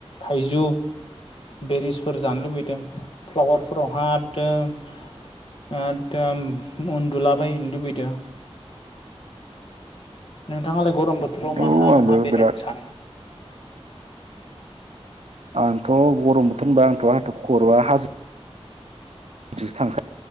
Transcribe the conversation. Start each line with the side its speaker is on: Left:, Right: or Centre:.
Left: थाइजौ, बेरिसफोर जानो लुबैदों फ्लावारफोरावहात। एदम एदम उन्दुलाबायहैनो लुबैदों। नोंथाङालाय गरम बोथोराव
Right: औ
Left: माहा
Right: आंबो
Left: माहा बेरायनो
Right: बिराद
Left: सानो।
Right: आंथ' गरम बोथोर होनबा आंथ' खरवा हाजो। बिदिसो थांख